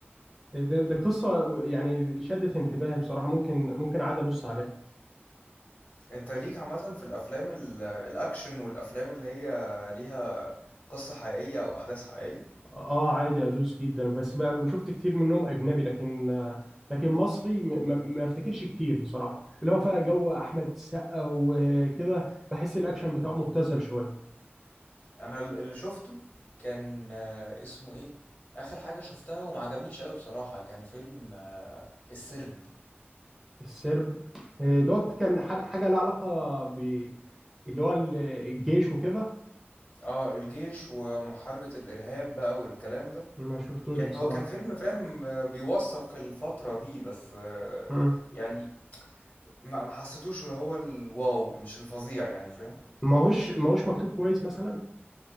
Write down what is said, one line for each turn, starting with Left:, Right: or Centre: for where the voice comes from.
Centre: ده, ده قصه يعني شدت انتباهي بصراحه ممكن ممكن عادي ابص عليها
Left: انت ليك عامة في الأفلام ال- الأكشن والأفلام اللي هي ليها قصة حقيقية أو أحداث حقيقية
Centre: اه عادي ادوس جدا بس بقى وشفت كتير منهم اجنبي لكن لكن مصري م- م- ما افتكرش كتير بصراحه اللي هو بقى جو احمد السقا وكده بحس الاكشن بتاعه مبتذل شويه
Left: أنا ال- اللي شفته كان آه، اسمه إيه آخر حاجة شفتها ومعجبنيش أوي بصراحة كان فيلم آه، السرب
Centre: السرب آه، دوت كان حد- حاجه لها علاقه ب اللي هو ال- الجيش وكده
Left: اه الجيش ومحاربة الإرهاب بقى والكلام ده
Centre: ما شفتوش
Left: يعني
Centre: بصراحه
Left: هو كان فيلم اه فاهم آه، بيوثق الفترة دي بس آه،
Centre: مم.
Left: يعني ما ما حسيتوش اللي هو الواو مش الفظيع يعني فاهم
Centre: ما هوش ما هوش مكتوب كويس مثلا